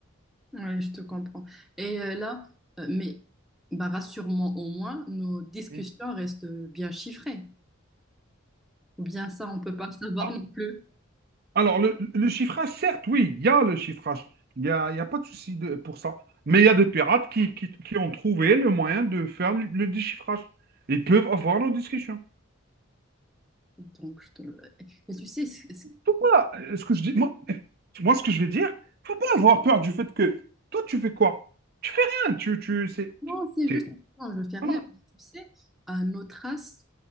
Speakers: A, in the centre; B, on the right (about 45°).
A: Oui, je te comprends. Et euh, là, euh, mais bah, rassure-moi au moins, nos discussions
B: Mm.
A: restent bien chiffrées. Ou bien ça, on peut pas savoir
B: Ah,
A: non plus.
B: Alors, le, le chiffrage, certes, oui, il y a le chiffrage. Il n'y a, il y a pas de souci de- pour ça. Mais il y a des pirates qui, qui, qui ont trouvé le moyen de faire le, le déchiffrage. Ils peuvent avoir nos discussions.
A: Donc, je te- Et tu sais, ce,
B: Faut pas, euh, ce que je dis, moi, <laughs> moi, ce que je vais dire, faut pas avoir peur du fait que toi, tu fais quoi? Tu fais rien. Tu, tu, c'est,
A: Non, c'est
B: t'es,
A: juste, non, je ne fais rien.
B: voilà.
A: mais Tu sais, euh, nos traces